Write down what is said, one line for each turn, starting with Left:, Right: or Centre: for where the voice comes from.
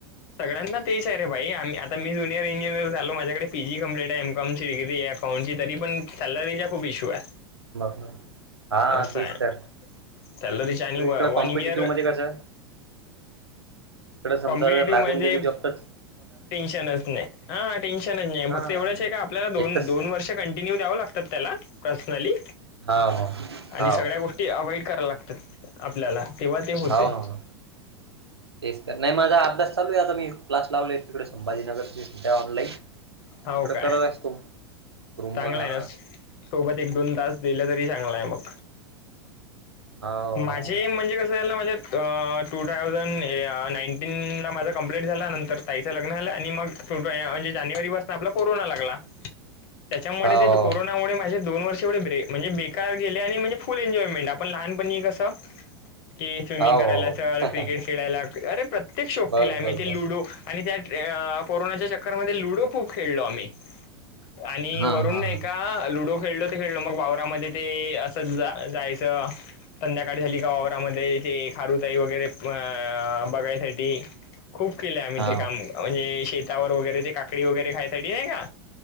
Left: सगळ्यांना तेच आहे र आहे भाई आम् आता मी जुनियर इंजिनिर
Right: हां,
Left: झालोझ्याडे पी जी कम्प्लीट आहे एम कॉम डिग्री अकाउंटची तरी पण सॅलरीचा खूप इशू आहे.
Right: मगणे हा
Left: असं
Right: तेच
Left: आहे
Right: तर
Left: सॅलरीचा आणि
Right: त
Left: वन
Right: इकड कॉम्पिटेटिव्ह
Left: इयर
Right: मध्ये कसं. इकड
Left: कॉम्पिटेटिव्ह
Right: समजा जर लागून
Left: म्हणजे
Right: गेली जक्तच
Left: टेन्शनच नाहीा टेन्शनच नाही
Right: हां,
Left: फक्त एवढंच आपल्याला दोन
Right: एक तर स
Left: दोन वर्ष कंटिन्यू द्या लाात त्या पर्नली
Right: हाव,
Left: आणि
Right: हाव,
Left: सगळ्या गोष्टी अवॉइड कराव्या लागतात आपल्याला तेव्हा ते होते.
Right: हाव ना, हो ना. तेच का नाहीझ अभ्यास चालू आहे आता मी क्स लावलो आहे तिकडे संभाजीनगर सध्या ऑनलाईन इकड
Left: हो काय
Right: करालाय तू रुमवर
Left: चांगला
Right: हा.
Left: आहे ना सोबत एक दोन तास दिले तरी चांगलाय मग.
Right: हाव,
Left: माझे म्हणजे कस. ट्वेल ला माझ्यात म्हणजे टू थाउजंड नाईनटीनला माझा कंप्लीट झाला नंतर. ताईचं लग्न झालं आणि मग म्हणजे जानेवारी पासून आपला कोरोना लागला.
Right: <inaudible>
Left: त्याच्यामुळे
Right: हाव,
Left: ते कोरोनामुळे माझे दन वर्ष एवढे ब्रे बेकार गेले आणि म्हणजे फुल एन्यमेंट आपण लहान. पनी कसा. कि स्विमिंग
Right: हाव,
Left: करायला
Right: हो.
Left: असेल
Right: हो,
Left: क्रिकेट
Right: हो.
Left: खेळायला अरे प्रत्येक शोक
Right: बस
Left: कला आम्ही
Right: बस
Left: ते
Right: बस.
Left: लुडो. आणि त्या कोरोनाच्या चक्करमध्ये लुडो खूप खेळलो आम्ही. आणि
Right: हा
Left: वरुन
Right: हा
Left: नाही
Right: हा
Left: का लुडो खेळलो. खेळलो मग वावरामध्ये ते असं जा जायचं. संध्याकाळी झाली का वावरामध्ये खारुताई वगैरे अ बघायसाठी. खूप केले आम्ही
Right: हा
Left: ते काम म्हणजे शेतावर वगैरे ते काकडी वगैरे खायसाठी नाही का.